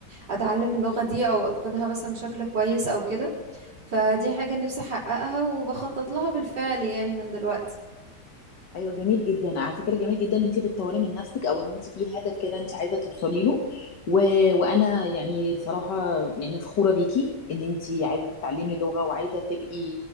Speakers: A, on the right; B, on the left.
A: اتعلم اللغة دي او اتقنها مثلا بشكل كويس او كده فدي حاجة نفسي احققها وبخطط لها بالفعل يعني من دلوقتي
B: ايوه جميل جدا على فكره جميل جدا ان انت بتطوري من نفسك او ان انت في هدف كده انت عايزه توصلي له و... وانا يعني صراحه يعني فخوره بيكي ان انت عايزه تتعلمي لغه وعايزه تبقي